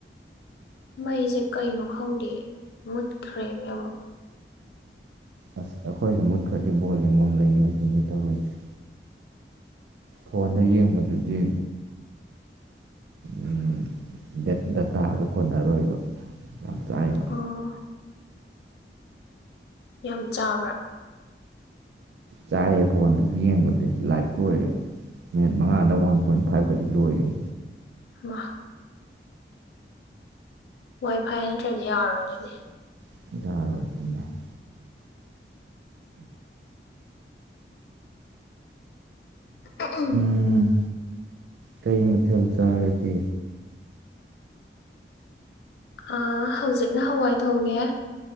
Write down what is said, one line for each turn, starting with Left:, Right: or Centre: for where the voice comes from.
Left: ꯃꯩꯖꯦ ꯀꯩꯅꯣ ꯈꯪꯗꯦ ꯃꯨꯠꯈ꯭ꯔꯦꯅꯦ ꯑꯃꯨꯛ
Right: ꯑꯁ ꯑꯩꯈꯣꯏꯖꯨ ꯃꯨꯠꯈ꯭ꯔꯗꯤ ꯕꯣꯜ ꯌꯦꯡꯕꯝ ꯂꯩꯔꯣꯏꯗꯣꯏꯅꯤ ꯇꯧꯔꯤꯁꯦ ꯐꯣꯟꯗ ꯌꯦꯡꯕꯗꯨꯗꯤ ꯎꯝ ꯗꯦꯠ ꯗꯇꯥꯗꯣ ꯀꯣꯟꯅꯔꯣꯏꯕ ꯌꯥꯝ ꯆꯥꯏꯌꯦꯕ
Left: ꯑꯣ ꯌꯥꯝ ꯆꯥꯕ꯭ꯔꯥ
Right: ꯆꯥꯏꯌꯦ ꯐꯣꯟꯗꯁꯨ ꯌꯦꯡꯕꯖꯦ ꯂꯥꯏꯞꯀ ꯑꯣꯏꯔꯦ ꯃꯤꯅꯤꯠ ꯃꯉꯥꯗ ꯋꯥꯟ ꯄꯣꯏꯟ ꯐꯥꯏꯞꯀꯗꯤ ꯂꯣꯏꯕꯤꯅꯦ
Left: ꯃꯥ ꯋꯥꯏꯐꯥꯏ ꯅꯠꯇ꯭ꯔꯗꯤ ꯌꯥꯔꯣꯏ ꯗꯨꯗꯤ
Right: <unintelligible>
Left: <unintelligible> ꯎꯝ
Right: ꯎꯝ ꯀꯩ ꯃꯊꯦꯜ ꯆꯥꯔꯒꯦ
Left: ꯑ ꯍꯧꯖꯤꯛꯅ ꯍꯋꯥꯏ ꯊꯣꯡꯉꯦ